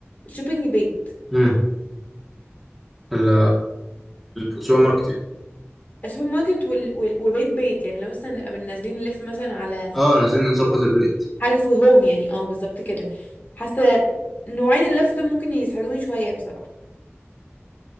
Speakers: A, on the left; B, in the centre.
A: شوبينج بيت
B: مم. ال- السوبر ماركت يعني
A: السوبر ماركت وال... وال... وبيت بيت يعني لو مثلا نبقى نازلين نلف مثلا على
B: اه أنا عايزين نظبط البيت
A: حاجه فور هوم يعني اه بالظبط كده حاسه نوعين اللف دول ممكن يسحلوني شويه بصراحه